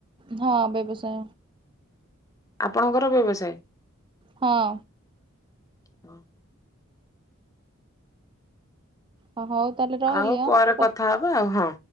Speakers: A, on the right; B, on the left.
A: ହଁ ବ୍ୟବସାୟ।
B: ଆପଣଙ୍କର ବ୍ୟବସାୟ।
A: ହଁ।
B: <inaudible>
A: ହ ହଉ ତାହେଲେ ରହିଲି
B: ଆଉ
A: ଆଁ।
B: ପରେ କଥା ହବା ଆଉ ହଁ।